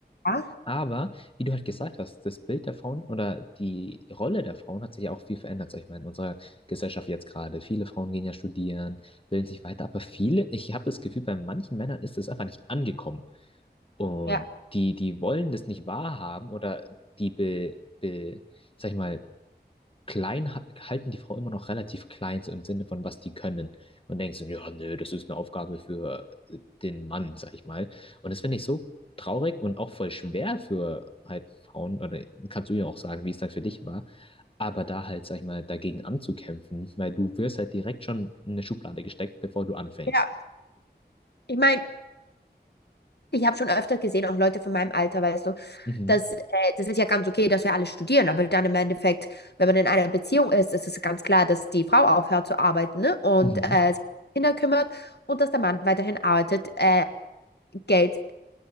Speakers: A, on the left (about 70°); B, on the left (about 30°).
A: ja,
B: aber wie du halt gesagt hast, das Bild der Frauen oder die Rolle der Frauen hat sich ja auch viel verändert, sag ich mal, in unserer Gesellschaft jetzt gerade. Viele Frauen gehen ja studieren, bilden sich weiter, aber viele, ich habe das Gefühl, bei manchen Männern ist das einfach nicht angekommen. Und
A: ja.
B: die, die wollen das nicht wahrhaben oder die be, be, sag ich mal, klein ha- halten die Frau immer noch relativ klein, so im Sinne von, was die können. Und denkst du, ja, nö, das ist eine Aufgabe für äh, den Mann, sag ich mal. Und das finde ich so traurig und auch voll schwer für halt Frauen, oder kannst du ja auch sagen, wie es dann für dich war, aber da halt, sag ich mal, dagegen anzukämpfen, weil du wirst halt direkt schon in eine Schublade gesteckt, bevor du anfängst.
A: Ja, ich meine, Ich habe schon öfter gesehen, auch Leute von meinem Alter, weißt du,
B: Mhm.
A: dass äh, das ist ja ganz okay, dass wir alle studieren, aber dann im Endeffekt, wenn man in einer Beziehung ist, ist es ganz klar, dass die Frau aufhört zu arbeiten, ne, und
B: Mhm.
A: äh, sich um Kinder kümmert und dass der Mann weiterhin arbeitet, äh, Geld,